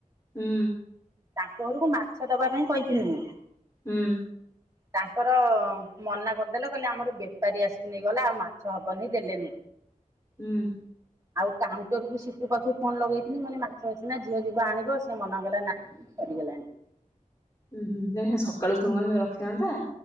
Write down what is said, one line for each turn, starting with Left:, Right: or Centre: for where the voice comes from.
Left: ହୁଁ
Right: ତାଙ୍କ ଘରକୁ ମାଛ ଦବା ପାଇଁ କହିଥିଲି ମୁଁ।
Left: ହୁଁ
Right: ତାଙ୍କର ମନା କରିଦେଲେ କହିଲେ ଆମର ବେପାରୀ ଆସିକି ନେଇଗଲା ଆଉ ମାଛ ହବନି ଦେଲେନି
Left: ହୁଁ
Right: ଆଉ କାଉଣ୍ଟର କୁ ସିପୁ ପାଖକୁ ଫୋନ ଲଗେଇଥିଲି ମାନେ ମାଛ ମାସ ନା ଝିଅ ଯିବ ଆଣିବ ସେ ମନା କଲା ନାଇଁ ସରିଗଲାଣି।
Left: ଉୁଁ ହୁ ତମେ ସିନା ସକାଳୁ ଫୋନ୍ କରିଥାନ୍ତ ସେ ରଖିଥାନ୍ତା।